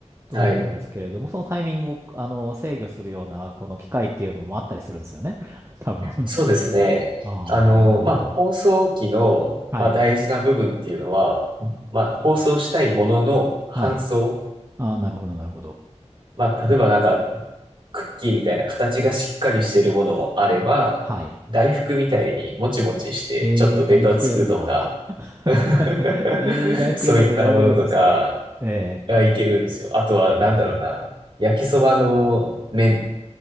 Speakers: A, on the right (about 25°); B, on the right (about 45°).
A: と思うんですけれども、
B: はい。
A: そのタイミングを、あの、制御するような、この機械っていうのもあったりするんですよね。<laughs> 多分。
B: そうですね。
A: ああ、
B: あの、
A: なるほど。
B: まあ、放送機の、
A: はい。
B: まあ、大事な部分っていうのは、まあ、放送したいものの搬送
A: はい。ああ、なるほど、なるほど。
B: まあ、例えばなんか、
A: うん
B: クッキーみたいな形がしっかりしてるものもあれば、
A: はい。
B: 大福みたいにもちもちしてちょっとベタをつくとか、
A: えー、大福やるんだ。<laughs>
B: <laughs>
A: えー、大福やるんで、
B: そういったものとか
A: やれるんですかえ
B: がいけるんですよ。あとはなんだろうな、
A: ー、え
B: 焼きそばの麺、